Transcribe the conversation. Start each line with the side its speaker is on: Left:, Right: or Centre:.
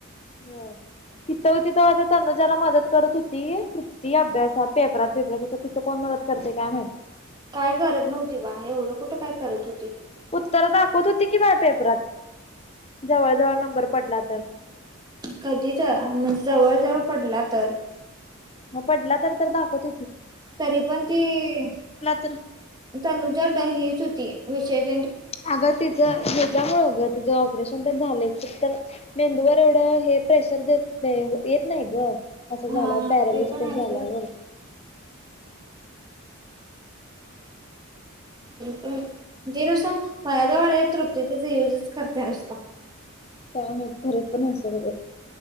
Left: व्हय. तिथं तिथं आता तनुजाला मदत करत होती. तृप्ती अभ्यासात पेपरात बिपरात हो तिथं कोण मदत करतय काय म्हाईत.
Right: काय करत नव्हती बा. एवढं कुठं काय करत होती.
Left: उत्तरं दाखवत होती की बाय पेपरात. जवळ जवळ नंबर पडला तर.
Right: कधी तर, म्हणजे जवळ जवळ पडला तर.
Left: म पडला तर तर दाखवत
Right: तरी पण ती
Left: तर
Right: तनुजा ड हीच होती. विषयष.
Left: अगं तिचं हेच्यामुळे अगं तुझं ऑपरेशन तर झालं तर मेंदूवर एवढं हे प्रेशर द येत नाही ग असं झाल्यावर
Right: हा
Left: पॅरलिस्टन
Right: ते पण आहे
Left: झाल्यावर
Right: सोड पण जे नुसता मला ज वाढला तृप्ती तचा युजच करते नुसता
Left: काायम खरच पण असल ते